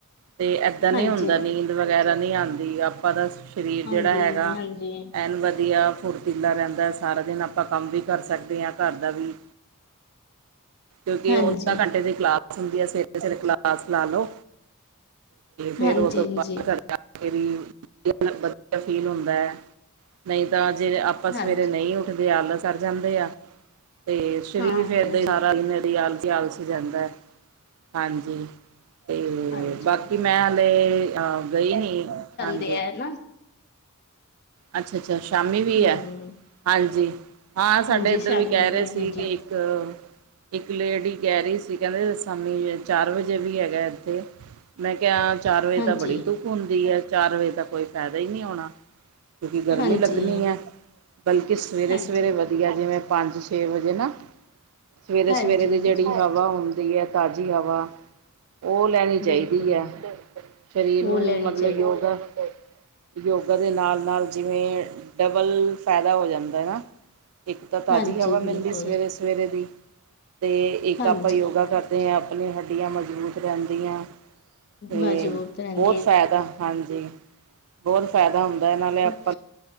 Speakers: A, on the right (about 70°); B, on the left (about 50°).
A: ਤੇ ਐਦਾਂ
B: ਹਾਂਜੀ
A: ਨੀ ਹੁੰਦਾ, ਨੀਂਦ ਵਗੈਰਾ ਨੀ ਆਂਦੀ ਆਪਾਂ ਤਾਂ ਸਰੀਰ
B: ਆਉਂਦੇ
A: ਜਿਹੜਾ ਹੈਗਾ
B: ਨੇ ਹਾਂਜੀ
A: ਐਨ ਵਧੀਆ ਫੁਰਤ -ਤੀਲਾ ਰਹਿੰਦਾ, ਸਾਰਾ ਦਿਨ ਆਪਾਂ ਕੰਮ ਵੀ ਕਰ ਸਕਦੇ ਆ ਘਰ ਦਾ ਵੀ। ਕਿਉਂਕਿ
B: ਹਾਂਜੀ
A: ਓ ਅੱਧਾਂ ਘੰਟੇ ਦੀ ਕਲਾਸ ਹੁੰਦੀ ਐ, ਸਵੇਰੇ- ਸਵੇਰੇ ਕਲਾਸ ਲਾ ਲਓ। ਫੇਰ
B: ਹਾਂਜੀ
A: ਉਹ ਤੋਂ
B: ਹਾਂਜੀ
A: ਬਾਅਦ ਘਰ ਵਧੀਆ ਫੀਲ ਹੁੰਦਾ ਐ, ਨਹੀਂ ਤਾਂ ਜਿਵੇ ਆ ਆਪਾਂ ਸਵੇਰੇ
B: ਹਾਂਜੀ
A: ਨਹੀਂ ਉੱਠਦੇ ਆਲਸ ਕਰ ਜਾਂਦੇ ਆ, ਤੇ ਸਰੀਰ
B: ਹਾਂ
A: ਵੀ ਫੇਰ
B: ਹਾਂਜੀ
A: ਐਦਾ ਓਨੀ ਦੇਰ ਆਲਸੀ- ਆਲਸੀ ਰਹਿੰਦਾਂ ਐ। ਹਾਂਜੀ ਤੇ
B: ਹਾਂਜੀ
A: ਬਾਕੀ ਮੈਂ ਹਲੇ ਅ ਗਈ ਨੀ, ਹਾਂਜ
B: ਤੇ ਐ ਨਾ
A: ਅੱਛਾ- ਅੱਛਾ ਸ਼ਾਮੀ ਵੀ
B: ਹਮ
A: ਐ, ਹਾਂਜੀ ਹਾਂ ਸਾਡੇ
B: ਹਾਂਜੀ
A: ਏਧਰ
B: ਸ਼ਾਮੀ
A: ਵੀ ਕਹਿ ਰਹੇ
B: ਹਾਂਜੀ
A: ਸੀ ਕਿ ਇੱ ਆ। ਇੱਕ ਲੇਡੀ ਕਹਿ ਰਹੀ ਸੀ, ਕਹਿੰਦੇ ਸ਼ਾਮੀ ਚਾਰ ਵਜੇ ਵੀ ਹੈਗਾ ਏਥੇ। ਮੈਂ ਕਿਹਾ ਚਾਰ ਵਜੇ
B: ਹਾਂਜੀ
A: ਤਾਂ ਬੜੀ ਧੁੱਪ ਹੁੰਦੀ ਐ, ਚਾਰ ਵਜੇ ਤਾ ਕੋਈ ਫਾਇਦਾ ਈ ਨੀ ਹੋਣਾਂ। ਕਿਉਂਕਿ ਗਰਮੀ
B: ਹਾਂਜੀ
A: ਲੱਗਣੀ ਐ, ਬਲਕਿ ਸਵੇਰੇ-
B: ਹਾਂਜੀ
A: ਸਵੇਰੇ ਵਧ ਜਿਵੇਂ ਪੰਜ ਛੇ ਵਜੇ ਨਾ ਸਵੇਰੇ-
B: ਹਾਂਜੀ
A: ਸਵੇਰੇ ਦੀ
B: ਹਾਂਜੀ
A: ਜਿਹੜੀ ਹਵਾਂ ਹੁੰਦੀ ਐ। ਤਾਜ਼ੀ ਹਵਾ। ਓ ਲੈਣੀ
B: ਬਿਲਕੁਲ
A: ਚਾਹੀਦੀ ਐ, ਸਰੀਰ
B: ਉਹ
A: ਨੂੰ
B: ਲੈਣੀ
A: ਮਤਲਬ
B: ਚਾਹੀਦੀ
A: ਯੋਗਾ
B: ਹੈ
A: ਯੋਗਾ ਦੇ ਨਾਲ- ਨਾਲ ਜਿਵੇਂ ਡਬਲ ਫਾਇਦਾ ਹੋ ਜਾਂਦਾ ਐ ਨਾ, ਇੱਕ ਤਾਂ ਤਾਜ਼ੀ
B: ਹਾਂਜੀ
A: ਹਵਾ ਮਿਲਦੀ
B: ਬਿਲਕੁਲ
A: ਸਵੇਰੇ ਸਵ ਸਵੇਰੇ ਦੀ, ਤੇ ਇੱਕ
B: ਹਾਂਜੀ
A: ਆਪਾਂ ਯੋਗਾ ਕਰ ਤੇ ਆਪਣੀ ਹੱਡੀਆਂ ਮਜ਼ਬੂਤ ਰਹਿੰਦੀਆਂ ਤੇ
B: ਮਜ਼ਬੂਤ ਰਹਿੰਦੀ
A: ਬਹੁਤ
B: ਹੈ
A: ਫਾਇਦਾ। ਹਾਂਜੀ ਬਹੁਤ ਫਾਇਦਾ ਹੁੰਦਾ ਨਾਲ਼ੇ ਆਪ
B: ਘ